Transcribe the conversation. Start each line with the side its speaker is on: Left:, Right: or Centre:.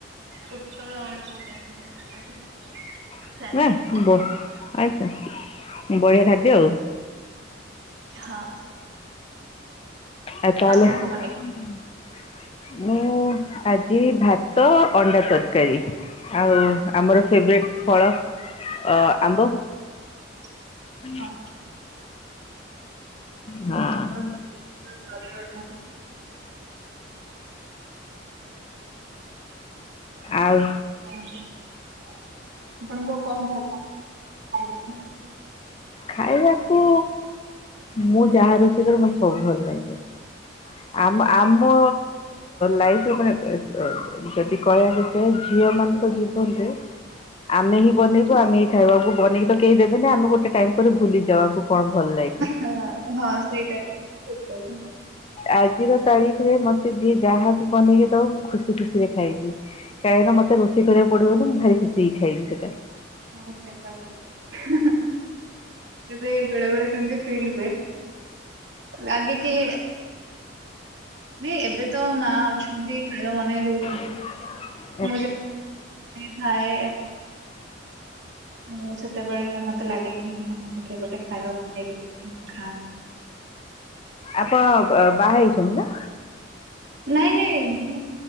Right: ପୋଟଳ ଆଳୁ ବେସନ ତରକାରୀ।
Left: <unintelligible>
Right: ସାଲାଡ ପାମ୍ପଡ଼।
Left: ବଢିଆ ଖାଦ୍ୟ ଆଉ।
Right: ହଁ
Left: ଏ ତାହେଲେ।
Right: ଆପଣ
Left: <inaudible>
Right: କଣ ବନେଇଥିଲେ?
Left: ମୁଁ ଆଜି ଭାତ, ଅଣ୍ଡା ତରକାରୀ। ଆଉ ଆମର ଫେବରଟ୍ ଫଳ ଅ ଆମ୍ବ।
Right: <unintelligible>
Left: <inaudible>
Right: ହଁ।
Left: ହଁ
Right: ସରିଗଲା।
Left: ଆଉ।
Right: କୁହନ୍ତୁ ଆପଣଙ୍କୁ କଣ ଭଲ ଖାଇବା କୁ।
Left: ଖାଇବାକୁ ମୁଁ ଯାହା ରୋଷେଇ କରେ ମତେ ସବୁ ଭଲ ଲାଗେ। ଆମ ଆମ ଲାଇଫ ରେ ମାନେ। ଯଦି କହିବାକୁ ଯାଏ ଝିଅ ମାନଙ୍କ ଜୀବନରେ। ଆମେ ହିଁ ବନେଇୁ ଆମେିଁ ଖାଇବାକୁ ବନେଇକି ତ କେହି ଦେବେନି ଆମେ ଗୋଟେ ଟାଇମ୍ ପରେ ଭୁଲିଯିବାକୁ। କଣ ଭଲ ଲାଗେ।
Right: ହଁ ହଁ ସେଇଟା ଠିକ କଥା
Left: ଆଜିର ତାରିଖରେ ମତେ ଯିଏ ଯାହା ବି ବନେଇକି ଦବ ମୁଁ ଖୁସି ଖୁସିରେ ଖାଇବି। କାହିଁକିନା ମତେ ରୋଷେଇ କରିବାକୁ ପଡ଼ିବନି ମୁଁ ଭାରି ଖୁସି ହେଇ ଖାଇବି ସେଟା।
Right: ହଁ ସେଇଟା ବହୁତ। ଏବେ ବେଳେ ବେଳେ ସେନ୍ତି ଫିଲ ହୁଏ ଲାଗେ କି। ନାଇଁ ଏବେ ତ ମା ଅଛନ୍ତି ଖାଇବା ବନେଇ ଦଉଛନ୍ତି।
Left: <unintelligible>
Right: <inaudible> ମୁ ଥାଏ ମୁଁ ସେତେବେଳେ ମତେ ଲାଗେ କି ମୋତେ କିଏ ଗୋଟେ ଖାଇବା ବନେଇକି ଦିଅନ୍ତା ମୁଁ ଖାନ୍ତି।
Left: ଆପଣ ବାହା ହେଇଛନ୍ତି ନା।
Right: ନାଇଁ ନାଇଁ ମ